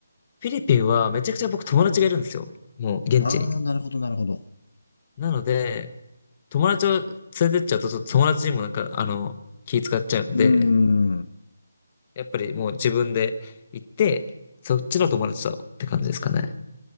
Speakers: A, on the left; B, on the left.
A: フィリピンはめちゃくちゃ僕友達がいるんですよ。もう現地に。
B: ああー、なるほど、なるほど。
A: なので、友達を連れてっちゃうと、ちょっと友達にもなんか、あの、気使っちゃうんで、
B: うーん。
A: やっぱりもう自分で行って、そっちの友達とって感じですかね。